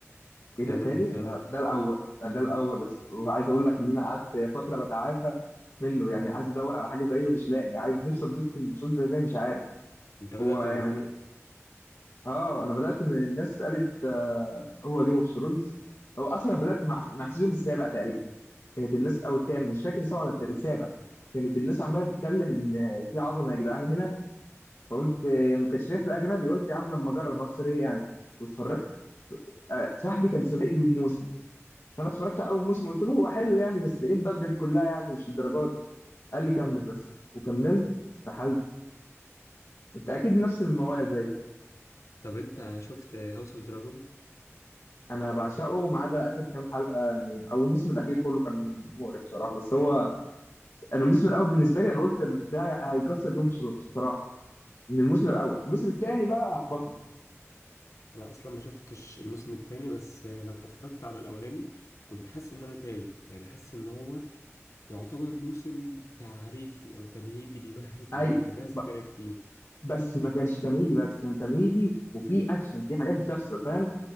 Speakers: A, on the left; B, on the left.
A: ايه
B: فعلا
A: ده تاني
B: فعلا
A: انا ده الاول أنا ده الاول وعايز اقول لك ان انا قعدت فتره بتعافى منه يعني عايز ادور على حاجه زيه ومش لاقي عايز نفسي اتبسط البساط ده إزاي مش عارف
B: أنت بدأت
A: هو يعني
B: من فوق
A: اه انا بدات من الناس قالت آه هو جيم اوف ثرونز هو اصلا أنا بدات مع مع السيزون السابع تقريبا كانت الناس او الثامن مش فاكر سبعه ولا الت- السابع كانت الناس عماله تتكلم ان آه، في عظمه يا جدعان هنا فقلت آه، ما كانش ليا في الاجنبي قلت يا عم اما اجرب اخسر ايه يعني واتفرجت آه، صاحبي كان سابقني بموسم فانا اتفرجت على اول موسم قلت له هو حلو يعني بس ايه الضجه دي كلها يعني مش الدرجات قال لي كمل بس وكملت سحلت انت اكيد نفس المواضيع
B: طب أنت شفت هاوس أوف دراجون
A: انا بعشقه ما عدا اخر كام حلقه يعني او الموسم الاخير كله كان مقرف بصراحه بس هو انا الموسم الاول بالنسبه لي انا قلت ده هي- هيكسر جيم اوف ثرونز بصراحه من الموسم الاول الموسم الثاني بقى احبطني
B: أنا أصلا ما شفتش الموسم التاني بس لما اتفرجت على الأولاني كنت حاسس إن أنا تايه يعني حاسس إن هو يعتبر موسم تعريفي أو تمهيدي بيمهد
A: اي
B: لأحداث
A: ب-
B: جاية كتير
A: بس ما كانش تمهيدي بس كان تمهيدي وفي اكشن في حاجات بتحصل فاهم